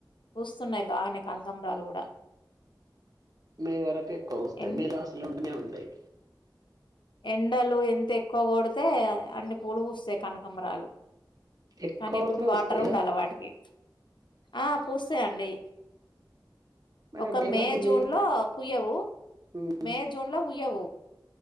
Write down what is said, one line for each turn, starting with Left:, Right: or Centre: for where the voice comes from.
Left: పూస్తున్నాయ్ బానే కనకాంబరాలు కూడా
Right: మీ వరకు ఎక్కువ వస్తే
Left: ఎం
Right: మీరు అసలుండినే ఉంటాయి
Left: ఎండలు ఎంత ఎక్కువ కొడితే అన్ని పూలు పూస్తయ్ కనకాంమరాలు
Right: ఎక్కువ
Left: కానీ
Right: పడితేనే
Left: ఎప్పుడు వాటర్
Right: వస్తాయా
Left: ఉండాల వాటికి ఆ పూస్. సె అండి
Right: మరి
Left: ఒక
Right: మేల
Left: మే
Right: పుయ్యయి
Left: జూన్ లో పుయ్యవు
Right: ఉమ్,
Left: మే జూన్ లో ఉయ్యవు